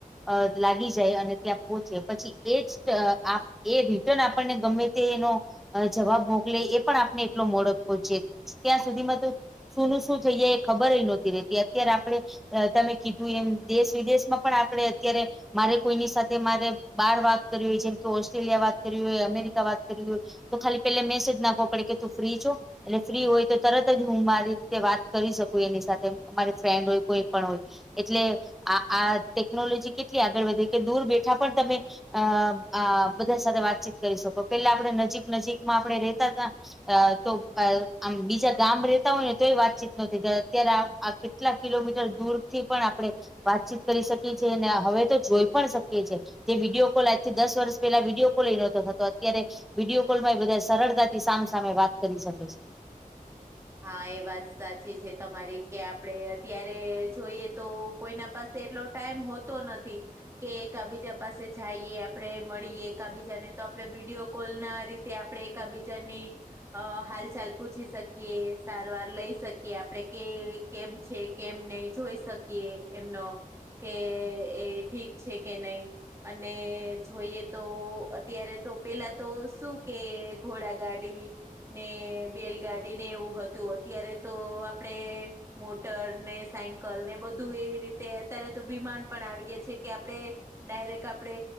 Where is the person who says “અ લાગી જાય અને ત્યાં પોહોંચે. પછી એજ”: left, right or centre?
Centre